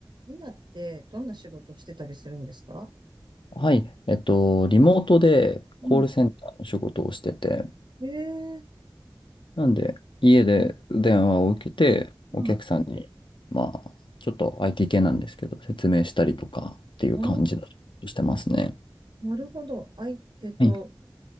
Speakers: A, on the right; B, on the left.
A: 今ってどんな仕事をしてたりするんですか
B: はい、えっと、リモートでコールセンターの仕事をしてて、
A: うん、ええ
B: なんで家で電話を受けて、
A: うん。
B: お客さんに、まあ、ちょっと IT 系なんですけど、説明したりとかっていう感じの仕事をしてますね。
A: ああ、なるほど。あい、えっと、
B: はい